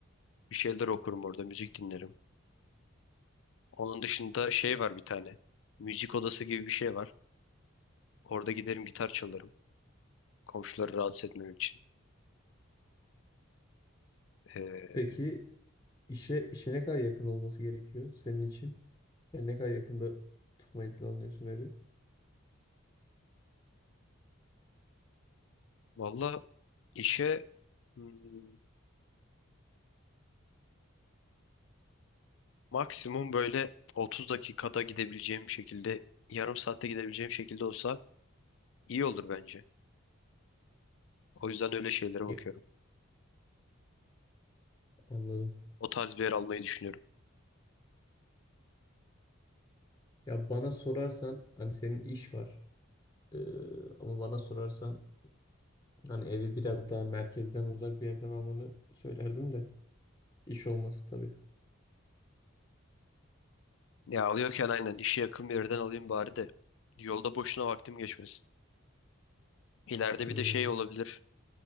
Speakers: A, on the left; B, on the left.
A: Bir şeyler okurum orada, müzik dinlerim. Onun dışında şey var bir tane. Müzik odası gibi bir şey var. Orada giderim gitar çalarım. Komşuları rahatsız etmem için. Ee,
B: Peki işe, işe ne kadar yakın olması gerekiyor senin için? Yani ne kadar yakında tutmayı planlıyorsun evi?
A: valla işe hmm, maksimum böyle 30 dakikada gidebileceğim şekilde, yarım saatte gidebileceğim şekilde olsa iyi olur bence. O yüzden öyle şeylere
B: Ya,
A: bakıyorum.
B: anladım.
A: O tarz bir yer almayı düşünüyorum.
B: Ya bana sorarsan hani senin iş var. Ee, ama bana sorarsan Hani evi biraz daha merkezden uzak bir yerden almanı söylerdim de iş olması tabii.
A: Ya alıyorken aynen işe yakın bir yerden alayım bari de. Yolda boşuna vaktim geçmesin. İleride
B: Hmm.
A: bir de şey olabilir.